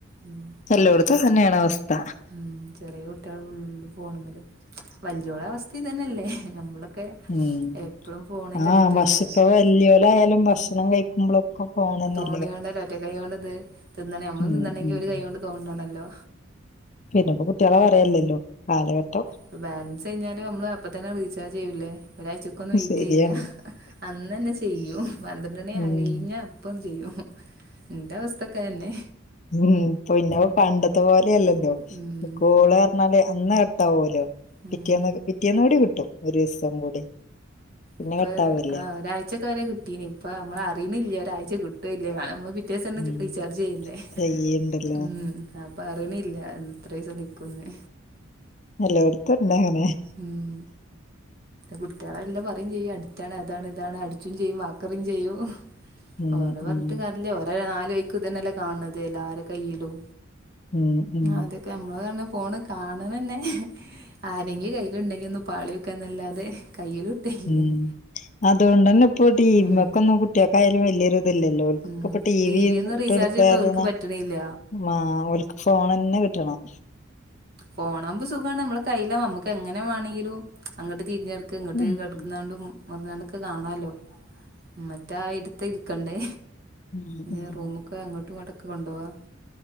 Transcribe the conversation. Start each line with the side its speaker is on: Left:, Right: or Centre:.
Right: ഉം
Left: എല്ലോടുത്തും
Right: അതെ
Left: അതന്നേന്ന് അവസ്ഥ
Right: ഉം ചെറ്യാ കുട്ടികള് ഫുള്ള് ഫോണുമേല് വല്യോരുടെ അവസ്ഥ ഇതന്നെയല്ലേ ഹ് നമ്മളൊക്കെ
Left: ഉം
Right: എപ്പഴും ഫോണിന്റെ
Left: ആഹ്
Right: അഡിക്റ്റ്
Left: ഭക്ഷ്
Right: അല്ലേ
Left: ഇപ്പോ വല്യോലായാലും ഭക്ഷണം കഴിക്കുമ്പോളൊക്കെ ഫോണേന്നെ
Right: തോണ്ടിങ്കാണ്ട്ല്ലേഒറ്റ കൈ കൊണ്ട് ഇത് തിന്നണെ നമ്മളും
Left: ഉം
Right: തിന്നണെങ്കി
Left: ഉം
Right: ഒരു കൈ കൊണ്ട് തോണ്ടണല്ലോ
Left: പിന്നെപ്പ കുട്ട്യോളെ പറയല്ലല്ലോ കാലഘട്ടം
Right: ഇപ്പൊ ബാലൻസ് കഴിഞ്ഞാലും നമ്മള് അപ്പ തന്നെ റീചാർജ് ചെയ്യൂല്ലേ ഒരാഴ്ചക്ക് ഒന്നും വെയിറ്റ്
Left: ശരിയാണ്
Right: ചെയ്യൂല്ല അന്നന്നെ ചെയ്യും ഹ് പന്ത്രണ്ടണി ആ
Left: ഉം
Right: കഴിഞ്ഞ ഇപ്പം ചെയ്യും ഇന്റെ അവസ്ഥക്കെ അതന്നെ
Left: ഉം പിന്നപ്പ പണ്ടത്തെ പോലെല്ലല്ലോ
Right: ഉം
Left: കോള് എന്നാലേ അന്ന് കട്ടാവോല്ലോ
Right: ഉം
Left: പിറ്റേന്ന് പിറ്റേന്ന് കൂടി കിട്ടും ഒരിസം കൂടി പിന്നെ
Right: ഇപ്പ
Left: കട്ടാവല്ലേ
Right: ആ ഒരാഴ്ചക്കെ വരെ കിട്ടീനി ഇപ്പൊ നമ്മൾ അറിയ്ണില്ല ഒരാഴ്ച കിട്ടുവോ ഇല്ലേന നമ്മള് പിറ്റേസം തന്നെ
Left: ഉം
Right: റീചാർജ് ചെയ്യില്ലേ
Left: ചെയ്യണ്ടല്ലോ
Right: ഉം അപ് പ്റയ്ണില്ല എത്രിസം നിക്കൂന്ന്
Left: എല്ലോടത്തും ഉണ്ട് അങ്ങനെ
Right: ഉം കുട്ട്യോളെല്ല പറ യും ചെയ്യും അഡിക്റ്റാണ് അതാണ് ഇതാണ് അടിച്ചും ചെയ്യും വാക്കറിയും ചെയ്യും ഹും
Left: ഉം
Right: ഓരെ പറഞ്ഞിട്ട്
Left: ഉം
Right: കാര്യല്ല ഓ നാല് വയിക്കും ഇതന്നെല്ലേ കാണ്ന്നത് എല്ലാരെ കയ്യിലും
Left: ഉം ഉം
Right: അതെ ക്ക് നമ്മള് പറഞ്ഞാ ഫോണ് കാണ്‌ന്നെന്നെ ആരെങ്കിലും കയ്യിൽണ്ടെങ്കി ഒന്നും പാളിയോക്കാന്നല്ലാതെ കയ്യില് കിട്ടലില്ലേനി
Left: ഉം അതോണ്ടന്നെ ഇപ്പോ ടിവി
Right: വിമ്മക്കൊന്നും
Left: മക്കൊന്നും കുട്ട്യാക്ക് ആയാലും വല്യൊരു ഇതില്ലല്ലോ ഓല്ക്ക്
Right: ഉം
Left: ക്കെ ഇപ്പൊ ടി വി
Right: ഒന്നും
Left: ഇട്ട്
Right: റീചാർജ്
Left: കൊടുത്താരുന്ന
Right: ചെയ്തിട്ട് ഓൽക്ക് പറ്റണില്ല
Left: മാ ഓല്ക്ക് ഫോണന്നെ കിട്ടണം
Right: ഫോണാവുമ്പോ സുഖാണ് നമ്മള കയ്യിലും നമ്മക്ക് എങ്ങനെ വാണെങ്കിലും അങ്ങോട്ട് തിരിഞ്ഞടു ഇങ്ങോട്ട്
Left: ഉം
Right: കടന്ന് ങ്ങാണ്ടും മറിഞ്ഞ് ങ്ങാണ്ടൊക്കെ കാണാലോ ഉം മറ്റാ ഇടത്തെ ഇടുക്കണ്ടേ
Left: ഉം
Right: ഇനി
Left: ഉം
Right: റൂമൊക്കെ അങ്ങോട്ടും ഇങ്ങോട്ടൊക്കെ കൊണ്ടോവാ